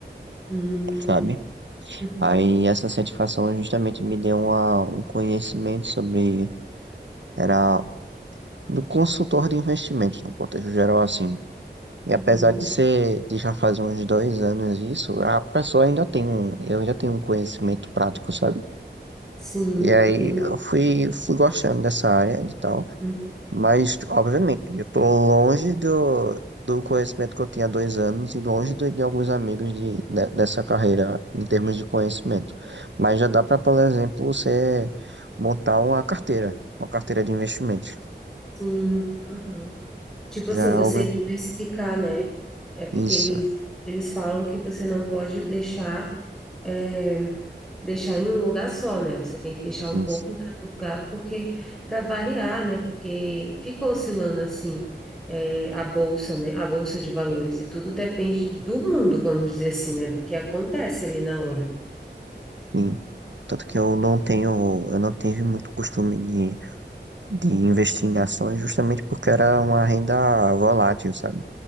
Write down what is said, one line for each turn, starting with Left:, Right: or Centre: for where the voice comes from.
Centre: uhum,
Right: sabe?
Centre: uhum,
Right: Aí essa certificação justamente me deu uma, um conhecimento sobre, era do consultor de investimentos, no contexto geral, assim. E
Centre: uhum.
Right: apesar de ser, de já fazer uns dois anos isso, a pessoa ainda tem um, eu ainda tenho um conhecimento prático, sabe?
Centre: Sim,
Right: E aí
Centre: entendi.
Right: eu fui, fui gostando dessa área e tal,
Centre: Uhum,
Right: mas obviamente eu tô longe do, do conhecimento que eu tinha há dois anos e longe do- de alguns amigos de, de- dessa carreira em termos de conhecimento. Mas já dá para, por exemplo, você montar uma carteira, uma carteira de investimentos.
Centre: Sim, uhum. Tipo
Right: Já
Centre: assim,
Right: é
Centre: você
Right: algo.
Centre: diversificar, né? É porque
Right: Isso,
Centre: eles, eles falam que você não pode deixar. eh, deixar em um lugar só, né? Você tem que deixar um pouco
Right: isso.
Centre: em cada lugar, porque para variar, né? Porque fica oscilando assim, é, a bolsa, né? A bolsa de valores e tudo depende do mundo, vamos dizer assim, né? Do que acontece ali na hora.
Right: Sim. Tanto que eu não tenho, eu não tive muito costume de, de investir em ações justamente porque era uma renda volátil, sabe?